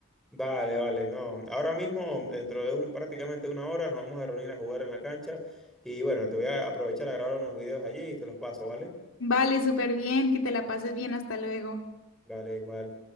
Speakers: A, in the centre; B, on the left.
A: Vale, vale, no. Ahora mismo, dentro de un- prácticamente una hora, nos vamos a reunir a jugar en la cancha. Y bueno, te voy a aprovechar a grabar unos videos allí y te los paso, ¿vale?
B: Vale, súper bien, que te la pases bien, hasta luego.
A: Vale, igual.